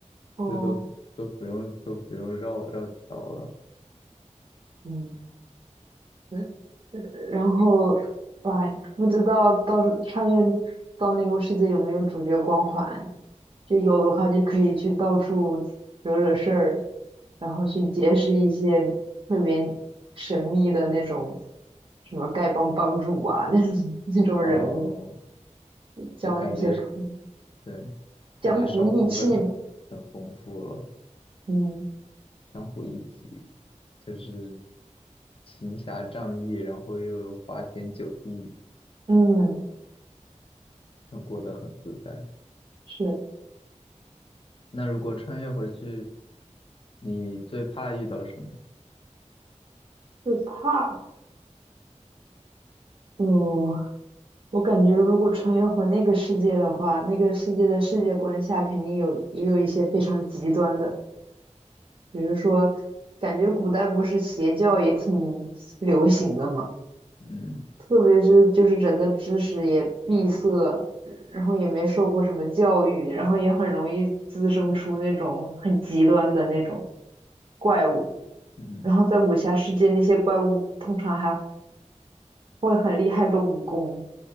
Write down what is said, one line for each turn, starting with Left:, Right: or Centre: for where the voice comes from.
Right: 哦，
Left: 这都都不用都不用绕绕桥了。
Right: 嗯，嗯然后哇，不知道到时穿越到那个世界有没有主角光环。就有的话就可以去到处惹惹事儿，然后去结识一些特别神秘的那种什么丐帮帮主啊，<laughs> 那种那种人物，
Left: 哦，
Right: 交那些朋友
Left: 就感觉是对，感觉生活会很很丰富了，
Right: 江湖义气嘛。嗯
Left: 相互一体，就是行侠仗义，然后又花天酒地，
Right: 嗯，
Left: 那过得很自在。
Right: 是
Left: 那如果穿越回去，你最怕遇到什么？
Right: 会怕。嗯，我感觉如果穿越回那个世界的话，那个世界的世界观下肯定有也有一些非常极端的，比如说，感觉古代不是邪教也挺流行的吗？
Left: 嗯
Right: 特别是就是人的知识也闭塞，然后也没受过什么教育，然后也很容易滋生出那种很极端的那种怪物。
Left: 嗯
Right: 然后在武侠世界，那些怪物通常还会很厉害的武功，